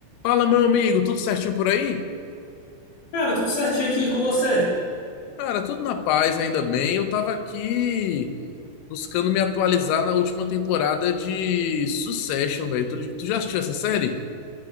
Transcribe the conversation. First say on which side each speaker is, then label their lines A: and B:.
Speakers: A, on the left (about 80°); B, on the left (about 60°).
A: Fala, meu amigo, tudo certinho por aí?
B: Cara, tudo certinho aqui com você?
A: Cara, tudo na paz, ainda bem. Eu tava aqui buscando me atualizar na última temporada de Succession, velho. Tu, tu já assistiu essa série?